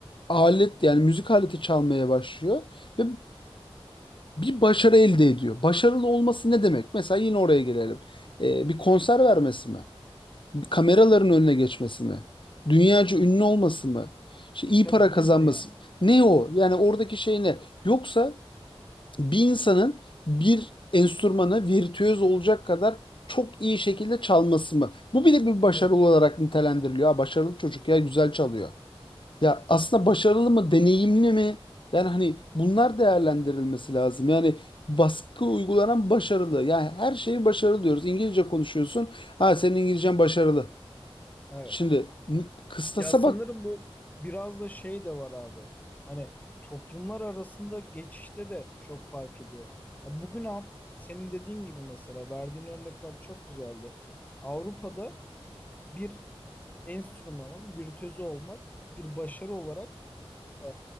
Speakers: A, on the left; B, on the left.
A: alet yani müzik aleti çalmaya başlıyor ve bir başarı elde ediyor. Başarılı olması ne demek? Mesela yine oraya gelelim. E, bir konser vermesi mi? kameraların önüne geçmesi mi? Dünyaca ünlü olması mı? İşte iyi
B: Tabii
A: para kazanması.
B: nedir yani?
A: Ne o? Yani oradaki şey ne? Yoksa bir insanın bir enstrümanı virtüöz olacak kadar çok iyi şekilde çalması mı? Bu bile bir başarı
B: Tabii.
A: olarak nitelendiriliyor. Ha, başarılı çocuk ya güzel çalıyor. Ya aslında başarılı mı, deneyimli mi? Yani hani bunlar değerlendirilmesi lazım. Yani baskı uygulanan başarılı. Yani her şeyi başarılı diyoruz. İngilizce konuşuyorsun. Ha senin İngilizcen başarılı.
B: Evet.
A: Şimdi n- kıstasa
B: Ya sanırım
A: bak.
B: bu biraz da şey de var abi. Hani toplumlar arasında geçişte de çok fark ediyor. Ya bugün al, senin dediğin gibi mesela verdiğin örnek bak çok güzeldi. Avrupa'da bir enstrümanın virtüözü olmak bir başarı olarak e,